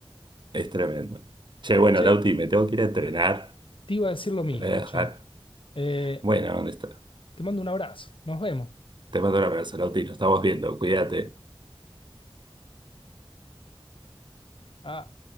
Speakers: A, on the right (about 55°); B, on the left (about 65°).
A: Es tremendo. Che, bueno,
B: Che,
A: Lauti, me tengo que ir a entrenar.
B: te iba a decir lo mismo,
A: Te voy a dejar.
B: che. Eh,
A: Bueno, ¿dónde está?
B: te mando un abrazo. Nos vemos.
A: Te mando un abrazo, Lauti. Nos estamos viendo. Cuídate.
B: Ah,